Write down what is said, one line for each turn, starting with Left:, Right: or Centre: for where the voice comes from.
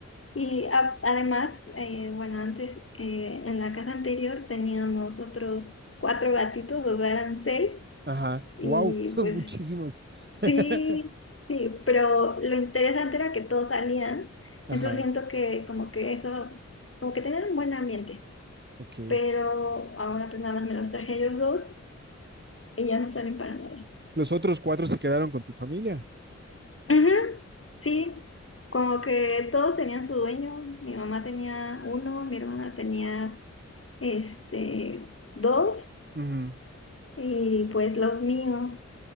Left: y a- además, eh, bueno, antes eh, en la casa anterior teníamos otros cuatro gatitos, o sea, eran seis.
Right: Ajá.
Left: Y
Right: Wow, son
Left: pues
Right: muchísimos. <laughs>
Left: Sí, sí, pero lo interesante era que todos salían,
Right: Ajá,
Left: entonces siento que como que eso, como que tenían un buen ambiente,
Right: ok.
Left: pero ahora pues nada más me los traje ellos dos y ya no salen para nada.
Right: ¿Los otros cuatro se quedaron con tu familia?
Left: Ujú, Sí, como que todos tenían su dueño, mi mamá tenía uno, mi hermana tenía este dos
Right: Ujú.
Left: y pues los míos